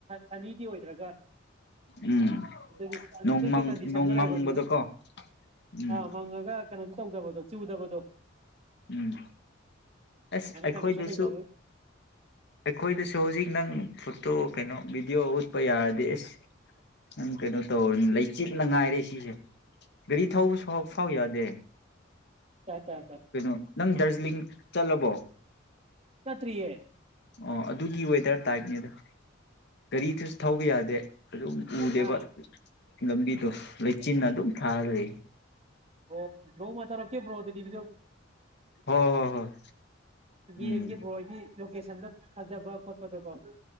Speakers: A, on the right (about 35°); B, on the left (about 60°).
A: ꯁꯅꯤꯗꯤ ꯑꯣꯏꯗ꯭ꯔꯒ
B: ꯎꯝ
A: ꯑꯗꯨꯒꯤ
B: ꯅꯣꯡꯃꯪ
A: ꯑꯗꯨꯒꯤ ꯀꯟꯗꯤꯁꯟꯗꯣ
B: ꯅꯣꯡꯃꯪꯕꯗꯀꯣ
A: ꯂꯩꯕꯅꯤꯅ
B: ꯎꯝ
A: ꯑꯥ ꯃꯪꯉꯒ ꯀꯩꯅ ꯇꯧꯗꯕꯣ ꯆ ꯎꯗꯕꯗꯣ
B: ꯎꯝ ꯑꯁ ꯑꯩꯈꯣꯏꯗꯁꯨ
A: ꯀꯟꯗꯤꯁꯟ ꯂꯩꯅꯕꯒꯤ
B: ꯑꯩꯈꯣꯏꯗꯁꯨ ꯍꯧꯖꯤꯛ ꯅꯪ ꯣ ꯀꯩꯅꯣ ꯕꯤꯗꯤꯑꯣ ꯌꯥꯔꯗꯤꯁ ꯅꯪ ꯀꯩꯅꯣ ꯇꯧ ꯂꯩꯆꯤꯠꯅ ꯉꯥꯏꯔꯦ ꯁꯤꯁꯦ ꯒꯥꯔꯤ ꯊꯧꯕ ꯐꯥꯎ ꯌꯥꯗꯦ
A: ꯆ ꯆ ꯆ
B: ꯀꯩꯅꯣ ꯅꯪ ꯗꯥꯔꯖꯤꯂꯤꯡ ꯆꯠꯂꯕꯣ
A: ꯄꯠꯇꯔꯤꯑꯦ
B: ꯑꯣ ꯑꯗꯨꯒꯤ ꯋꯦꯗꯔ ꯇꯥꯏꯞꯅꯦꯗ ꯒꯥꯔꯤꯗꯨꯁꯨ ꯊꯧꯕ ꯌꯥꯗꯦ ꯑꯗꯨ ꯃꯗꯦꯕ
A: ꯑꯥ
B: ꯂꯝꯕꯤꯗꯣ ꯂꯩꯆꯤꯟꯅ ꯑꯗꯨꯝ ꯊꯥꯍꯜꯂꯤ
A: ꯑꯣ ꯔꯣ ꯃꯆꯥꯥ ꯀꯦ ꯐ꯭ꯔꯣꯗꯦꯕꯤꯗ
B: ꯍꯣꯏ ꯍꯣꯏ ꯍꯣꯏ ꯎꯝ
A: ꯌꯦꯡꯒꯕ꯭ꯔꯣꯗꯤ ꯂꯣꯀꯦꯁꯟꯗ ꯍꯄ